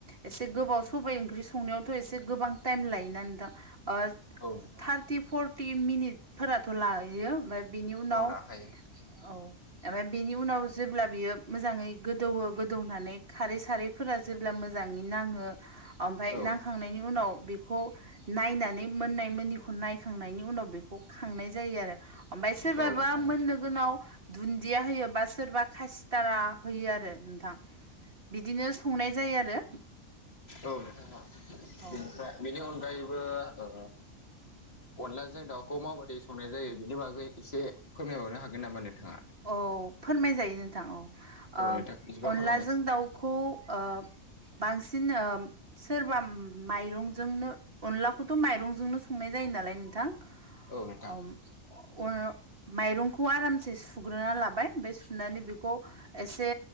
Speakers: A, on the right; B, on the left.
A: एसे गोबाव सबाइ ओंख्रि संनायावथ' एसे गोबां टाइम लायोना नोंथां ओ
B: औ नोंथां औ
A: थार्टि फरटि मिनिटफोराथ' लायो ओमफाय बेनि उनाव
B: औ
A: औ।
B: लाखायो
A: ओमफाय बेनि उनाव जेब्ला बियो मोजाङै गोदौवो गोदौनानै खारै सारैफोरा जे ब्ला मोजाङै नाङो ओमफाय
B: औ
A: नां खांनायनि उनाव बेखौ नायनानै मोननाय मोननिखौ नायखांनायनि उनाव बेखौ खांनाय जायो आरो ओमफाय
B: औ
A: सोरबाबा
B: नोंथां औ
A: मोननो गोनाव दुन्दिया होयो बा सोरबा खासिथारा होयो आरो नोंथां। बिदिनो संनाय जायो आरो।
B: औ नोंथां औ बेनिफ्राय
A: औ
B: बेनि अनगायैबो ओ अनलाजों दाउखौ माबोरै संनाय जायो बिनि बागै एसे फोरमायबावनो हागोन नामा नोंथाङा?
A: औ फोरमाय जायो नोंथां औ ओ
B: औ नोंथां बिदिबा
A: अनलाजों
B: फोरमायनायसै
A: दाउ खौ ओ बांसिन ओ सोरबा माइरंजोंनो अनलाखौथ' माइरंजोंनो संनाय जायो नालाय नोंथां।
B: औ नोंथां
A: ओम अन मायरंखौ आरामसे सु सुग्रोना लाबाय ओमफाय सुनानै बेखौ एसे